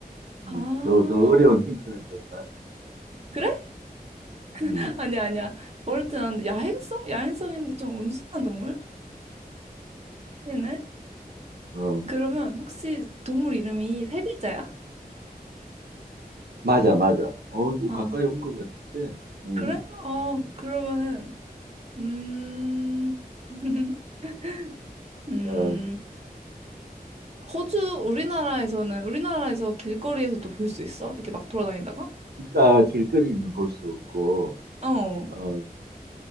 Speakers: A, on the right; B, on the right.
A: 아,
B: 음, 더, 더 어려운 힌트를 줬다.
A: 그래? <laughs>
B: 음,
A: 아니야, 아니야. 어릴 때 나는데 야행성? 야행성인데 좀 온순한 동물? 아니네.
B: 어,
A: 그러면 혹시 동물 이름이 세 글자야?
B: 맞아, 맞아. 어이구,
A: 아,
B: 가까이 온 것 같은데, 음,
A: 그래? 어, 그러면은 음, <laughs> 음,
B: 어,
A: 호주, 우리나라에서는, 우리나라에서 길거리에서도 볼 수 있어? 이렇게 막 돌아다니다가?
B: 그러니까 길거리는 볼 수 없고,
A: 어,
B: 어, 어,